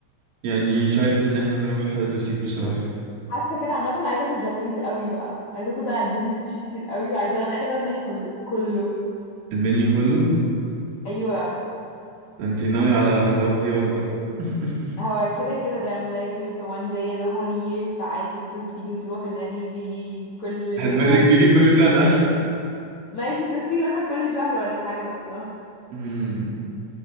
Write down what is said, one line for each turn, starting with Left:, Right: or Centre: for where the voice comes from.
Right: يعني شايف ان احنا نروح دوسيت بصراحة
Left: حاسه كده عامه عايزه اكل جابانيز قوي بقى عايزه اكل بقى تجيب لي سوشي كتير قوي وعايزه عايزه اجرب المنيو كله كله
Right: المنيو كله
Left: ايوه
Right: ده انت ناوي على خراب ديار بقى <laughs>
Left: هو كده كده ده عيد ميلادي it's a one day and a whole year فعادي الفلوس بتيجي وتروح عيد ميلادي مش بيجي كل يوم
Right: هتبادك بيجي كل سنة
Left: ماشي الفلوس بتيجي مثلا كل شهر ولا حاجه الله
Right: <laughs> امم